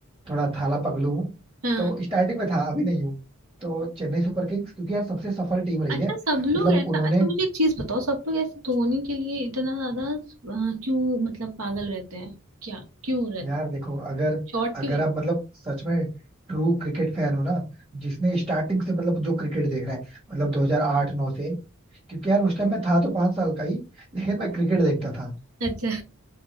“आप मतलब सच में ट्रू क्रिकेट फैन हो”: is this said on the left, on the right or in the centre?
Right